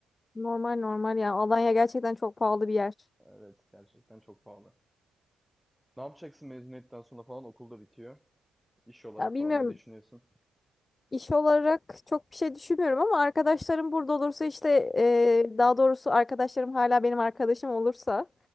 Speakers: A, on the left; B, in the centre.
A: Normal normal ya. Alanya gerçekten çok pahalı bir yer.
B: Evet gerçekten çok pahalı. Ne yapacaksın mezuniyetten sonra falan okulda bitiyor. İş olarak
A: Ya bilmiyorum
B: falan ne düşünüyorsun?
A: iş olarak çok bir şey düşünmüyorum ama arkadaşlarım burada olursa işte e, daha doğrusu arkadaşlarım hala benim arkadaşım olursa